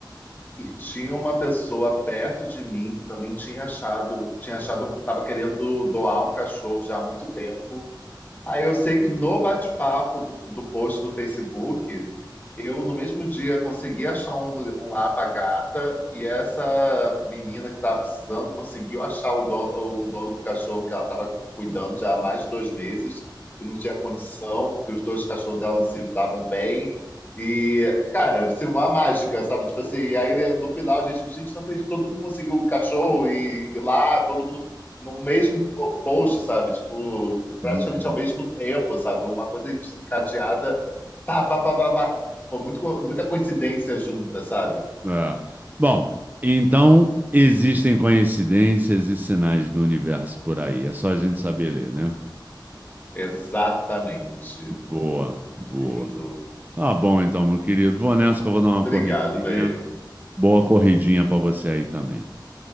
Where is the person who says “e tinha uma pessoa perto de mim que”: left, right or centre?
Left